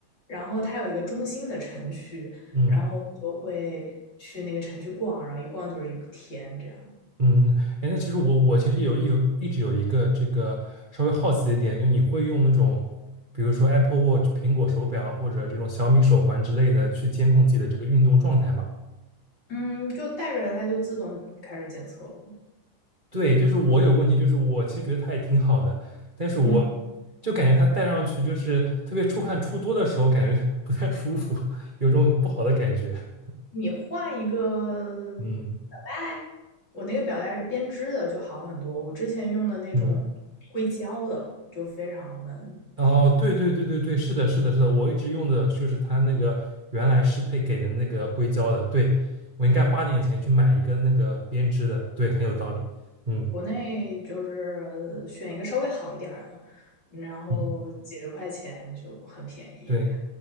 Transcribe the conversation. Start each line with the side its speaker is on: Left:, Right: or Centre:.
Left: 然后它有一个中心的城区，
Right: 嗯
Left: 然后我就会去那个城区逛，然后一逛就是一个天这样。
Right: 嗯。哎，那其实我我其实有有一直有一个这个稍微好奇一点，就你会用那种比如说 Apple Watch 苹果手表或者这种小米手环之类的去监控自己的这个运动状态吗？
Left: 嗯，就带着它就自动开始检测了。
Right: 对，就是我有问题，就是我其实觉得它也挺好的，但是我
Left: 嗯，
Right: 就感觉它戴上去就是特别出汗出多的时候，感觉 <laughs> 不太舒服，有种不好的感觉。
Left: 你换一个
Right: 嗯
Left: 表带，我那个表带是编织的，就好很多。我之前用的那种硅胶的就非常闷，
Right: 嗯，哦，对对对对对，是的，是的，是的，我一直用的就是它那个原来适配给的那个硅胶的，对，我应该花点钱去买一个那个编织的，对，很有道理。嗯
Left: 国内就是选一个稍微好一点儿的，然后几十块钱就很便宜。
Right: 嗯，对，